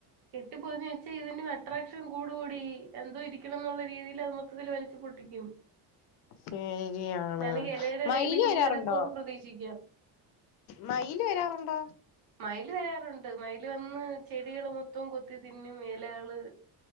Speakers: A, on the right; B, on the left.
A: കെട്ടിപ്പൊതിഞ്ഞ് വെച്ചാ ഇതിനും അട്രാക്ഷൻ കൂടുവെടി എന്തോ ഇരിക്കണ് എന്നുള്ള രീതിയില് അത് മൊത്തത്തില് വലിച്ച് പൊട്ടിക്കും
B: ശെരിയാണ്
A: ഇതാണെങ്കി ഇലയുടെ ഇടയിലെങ്കിലും
B: മയില് വരാറുണ്ടോ
A: കിടക്കുവെന്ന് പ്രതീക്ഷിക്കാം
B: മയില് വരാറുണ്ടോ
A: മയില് വരാറുണ്ട് മയില് വന്ന് ചെടികള് മൊത്തം കൊത്തി തിന്നും ഇലകള്